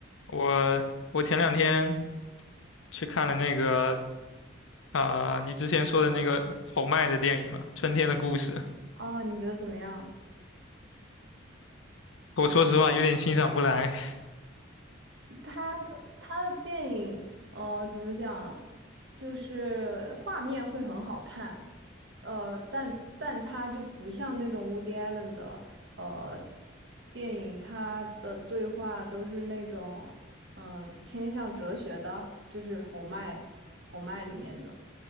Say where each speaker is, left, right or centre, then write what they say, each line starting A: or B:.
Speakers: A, on the left; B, on the right.
A: 我我前两天去看了那个啊、呃你之前说的那个侯麦的电影嘛，《春天的故事》。
B: 哦，你觉得怎么样？
A: 我说实话有点欣赏不来。
B: 他的他的电影，呃，怎么讲，就是画面会很好看，呃，但但他就不像那种 Woody Allen 的呃电影，他的对话都是那种呃偏向哲学的，就是红麦红麦里面的。